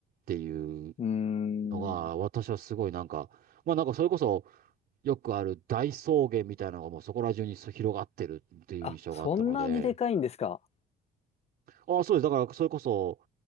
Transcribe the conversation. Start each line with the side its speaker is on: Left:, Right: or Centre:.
Right: ていう
Left: うーん。
Right: のが、私はすごいなんか、まあなんかそれこそ、よくある大草原みたいなのがもうそこら中に広がってるっていう印象があったので、
Left: あ、そんなにでかいんですか。
Right: あ、そうです。だから、それこそ、